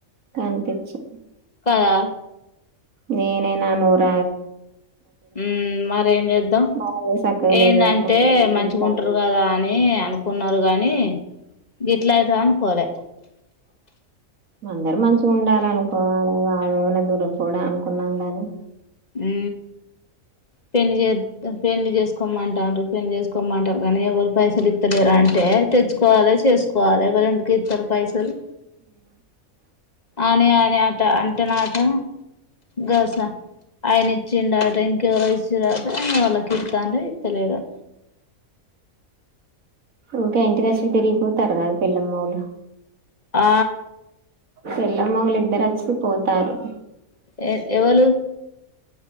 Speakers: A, on the right; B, on the left.
A: కనిపించు
B: కదా
A: నేననా నూర
B: ఊ మరేం చేద్దాం
A: మనదే సక్కగా
B: ఏందంటే
A: లేదు కానీ మందికి
B: మంచిగా
A: చాలేదు
B: ఉంటారు కదా అని అనుకో కున్నారు గాని గిట్లా అయితేది అనుకోలే
A: అందర మంచిగా ఉండాల అనుకోవాలి వాడు ఏమన్నా దురపో అనుకున్నాం గానీ
B: ఊ పెళ్లి చే పెళ్లి చేసుకోమంటారు పెళ్లి చేసుకోమంటారు కానీ ఎవరు పైసలు ఇత్తలేరా అంటే తెచ్చు సుకోవాలి చేసుకోవాలి ఎవరు ఎందు ఇస్తారు పైసలు అని అని అట్లు అంటేనట గస ఆయన ఇచ్చిండట ఇంకేవరో ఇస్తున్ అ వాళ్ల కీర్తన ర తెలీదు
A: ఉకా ఇంటి కోచి తిరిగిపోతారు కాదు పెల్లమ్మ వోలు
B: ఆ
A: పెల్లమ్మవాలు ఇద్దరు వచ్చి పోతారు
B: ఏ ఎవలు